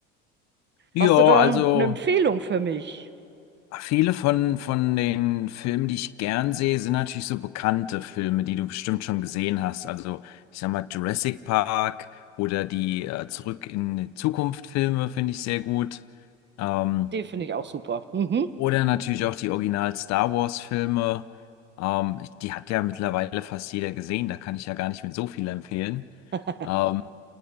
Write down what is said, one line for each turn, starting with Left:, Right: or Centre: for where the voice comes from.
Left: Ja,
Right: Hast du da
Left: also
Right: eine Empfehlung für mich?
Left: viele von, von den Filmen, die ich gern sehe, sind natürlich so bekannte Filme, die du bestimmt schon gesehen hast. Also, ich sag mal, Jurassic Park oder die äh, Zurück in die Zukunft Filme finde ich sehr gut. Ähm,
Right: Den finde ich auch super. Mhm.
Left: oder natürlich auch die Original Star Wars Filme. Ähm, die hat ja mittlerweile fast jeder gesehen, da kann ich ja gar nicht mehr so viel empfehlen.
Right: <laughs>
Left: Ähm,